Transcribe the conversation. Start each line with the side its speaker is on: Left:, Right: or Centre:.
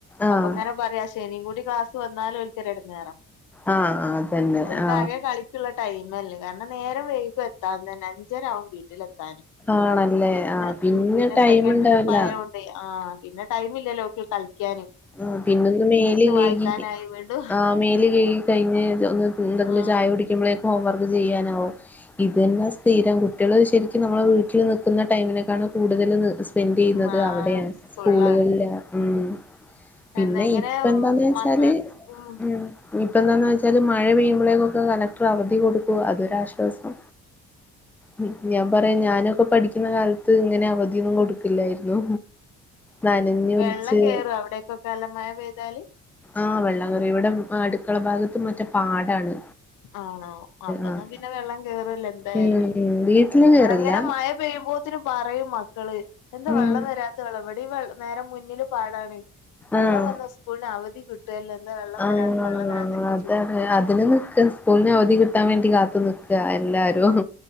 Centre: ആഹ്
Left: അപ്പൊ ഇങ്ങനെ പറയാ ശെനിയും കൂടി ക്ലാസ് വന്നാലും ഓൽക്കൊരു എടങ്ങേറാ.
Centre: ആ അതന്നെ
Left: ഓൽക്ക്
Centre: ആ
Left: ആകെ കളിക്കുള്ള ടൈമല്ലേ കാരണം നേരം വൈകും എത്താതന്നെ അഞ്ചര ആവും വീട്ടിൽ എത്താ ന്
Centre: ആണല്ലേ
Left: പിന്നെ
Centre: ആഹ്
Left: ഉം പിന്നെ
Centre: ടൈം
Left: സെക്കൻഡ്
Centre: ഉണ്ടാവില്ല
Left: ട്രിപ്പ് ആയ്യോണ്ടേ ആഹ് പിന്നെ ടൈമില്ലല്ലോ ഓൽക്ക് കളിക്കാൻ?
Centre: ആ പിന്നൊന്ന് മേല് കഴികി
Left: വായിക്കാനായി വീണ്ടും
Centre: അഹ് മേല് കഴികി കഴിഞ്ഞ് ഒന്ന് എന്തെങ്കിലും
Left: ആ
Centre: ചായ കുടിക്കുമ്പഴേ ഹോംവർക്ക് ചെയ്യാനാവൂ ഇതന്നെ
Left: ഉം
Centre: സ്ഥീരം കു കുട്ടികള് ശരിക്കും നമ്മള് വീട്ടില് നിക്കുന്ന ടൈമിനേക്കാളും കൂടുതല് സ്പെൻഡ് ചെയ്യുന്നത്
Left: ആ
Centre: അവിടെയാ
Left: സ്കൂളിലാണ്
Centre: സ്കൂളുകളിലാ ഉം. പിന്നെ
Left: എന്നെങ്ങനെ
Centre: ഇപ്പ എന്താന്ന് വെച്ചാല്
Left: മക്ക ഉം
Centre: മ് ഇപ്പ എന്താന്ന് വെച്ചാല് മഴ പെയ്യുമ്പഴേക്കൊക്കെ കളക്ടറ് അവധി കൊടുക്കൂ അതൊരാശ്വാസം. മ് ഞാൻ പറയാ ഞാനൊക്കെ പഠിക്കുന്ന കാല ത്ത് ഇങ്ങനെ അവധിയൊന്നും കൊടുക്കില്ലായിരുന്നു, നനഞ്ഞ്
Left: വെള്ളം
Centre: ഒലിച്ച്
Left: കേറുവോ അവിടേക്കൊക്കെ നല്ല മഴ പെയ്താല്
Centre: ആ വെള്ളം കേറി ഇവിടെ അടു ക്കള ഭാഗത്ത് മറ്റേ പാടാണ്.
Left: ആണോ, അപ്പൊ എന്നാ
Centre: ആഹ്
Left: പിന്നെ വെള്ളം കേറുവല്ലോ എന്തായാലും
Centre: ഉം
Left: അല്ലെ?
Centre: ഉം വീട്ടില് കേറില്ല
Left: ഇവിടെങ്ങനെ മയ പെയ്യുമ്പോ ത്തിന് പറയും മക്കള് എന്താ
Centre: ഉം
Left: വെള്ളം വെരാത്ത്, വെള്ളം ഇവിടെം നേരെ മുന്നില് പാടാണ്. വെള്ളം
Centre: ആഹ്
Left: വന്നാ സ്കൂളിന് അവധി കിട്ടുവല്ലോ എന്താ വെള്ളം
Centre: ആഹ്
Left: വരാത്തെ വെള്ളം വരാത്തെന്ന്
Centre: അതാണ്
Left: <unintelligible> ചോയിക്കും.
Centre: അതിന് നിക്ക സ്കൂളിന് അവധി കിട്ടാൻ വേണ്ടി കാത്തു നിക്കാ എല്ലാരും